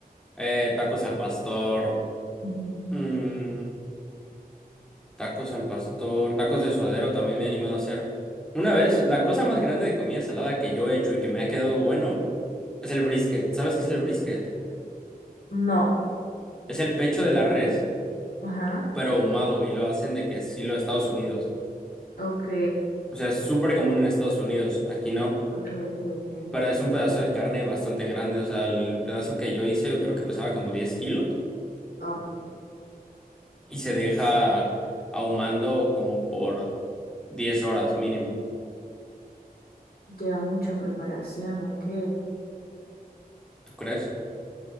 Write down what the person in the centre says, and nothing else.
eh, tacos al pastor,
mm, tacos al pastor, tacos de suadero también me he animado a hacer. Una vez, la cosa más grande de comida salada que yo he hecho y que me ha quedado bueno es el brisket. ¿Sabes qué es el brisket?
Es el pecho de la res,
pero ahumado y lo hacen de que estilo Estados Unidos.
O sea, es súper común en Estados Unidos, aquí no.
Pero es un pedazo de carne bastante grande, o sea, el pedazo que yo hice yo creo que pesaba como 10 kilos
y se deja
ahumando como por 10 horas mínimo,
¿tú crees?